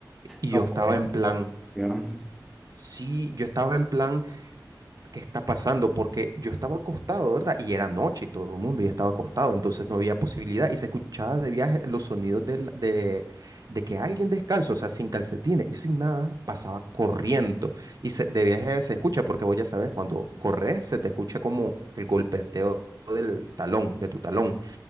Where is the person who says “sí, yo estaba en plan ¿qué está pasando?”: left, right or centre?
Right